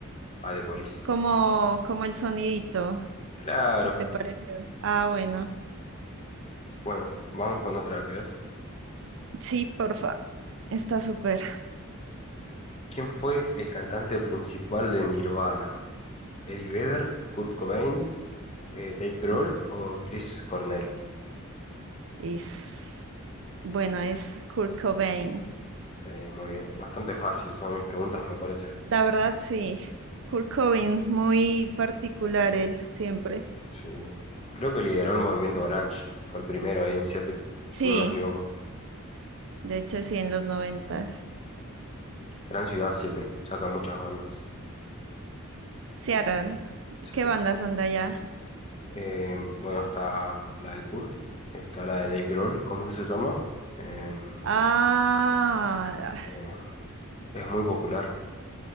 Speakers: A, on the left (about 30°); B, on the right (about 60°).
A: a The Police.
B: Como, como el sonidito.
A: Claro.
B: ¿Se te pareció? Ah, bueno.
A: Bueno, vamos con otra, ¿crees?
B: Sí, porfa. Está súper.
A: ¿Quién fue el cantante principal de Nirvana? ¿Eddie Vedder, Kurt Cobain, eh, Dave Grohl
B: <laughs>
A: o Chris Cornell?
B: Es... Bueno, es Kurt Cobain.
A: Sí, muy bien. Bastante fácil son mis preguntas, me parece.
B: La verdad, sí. Kurt Cobain, muy particular él, siempre.
A: Sí. Creo que lideró el movimiento grunge. Fue el primero ahí en Seattle, si
B: Sí,
A: no me equivoco.
B: de hecho, sí, en los noventas
A: Gran ciudad, Seattle. Saca muchas bandas.
B: Seattle.
A: Sí.
B: ¿Qué bandas son de allá?
A: Eh, bueno, está la de Kurt. Está la de Dave Grohl. ¿Cómo que se llama? Em,
B: Ah, ah,
A: eh, es muy popular.